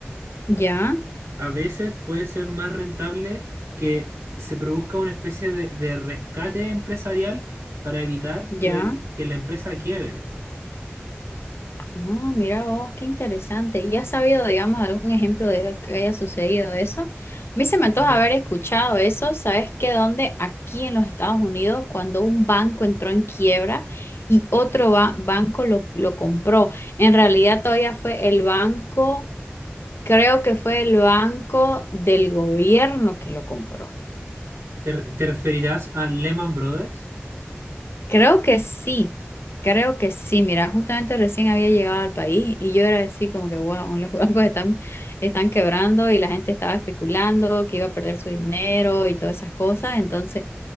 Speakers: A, on the left; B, on the right.
A: Ya.
B: a veces puede ser más rentable que se produzca una especie de, de rescate empresarial para evitar que,
A: Ya,
B: que la empresa quiebre.
A: ah, mira vos, qué interesante. ¿Y has sabido, digamos, algún ejemplo de que haya sucedido eso? A mí se me
B: Eh,
A: antoja haber escuchado eso. ¿Sabes qué? dónde, aquí en los Estados Unidos, cuando un banco entró en quiebra y otro ba- banco lo, lo compró, en realidad todavía fue el banco, creo que fue el banco del gobierno que lo compró.
B: ¿Te, te referirás a Lehman Brothers?
A: Creo que sí, creo que sí. Mira, justamente recién había llegado al país y yo era así como que, wow, <laughs> los bancos están, están quebrando y la gente estaba especulando que iba a perder su dinero y todas esas cosas. Entonces,